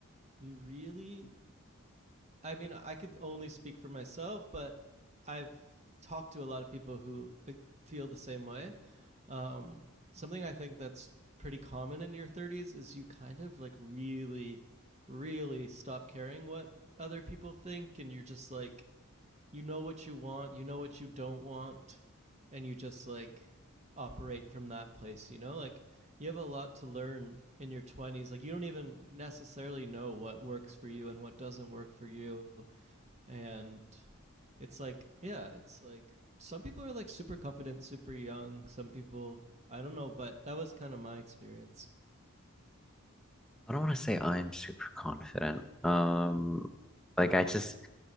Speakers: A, on the right; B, in the centre.
A: you really I mean, I could only speak for myself, but I've talked to a lot of people who uh, feel the same way. Um something I think that's pretty common in your 30s is you kind of like really really stop caring what other people think and you're just like you know what you want, you know what you don't want, and you just like operate from that place, you know? Like you have a lot to learn in your 20s. Like you don't even necessarily know what works for you and what doesn't work for you. And it's like, yeah, it's like some people are like super confident, super young. Some people, I don't know, but that was kind of my experience.
B: I don't want to say I'm super confident. Um, like I just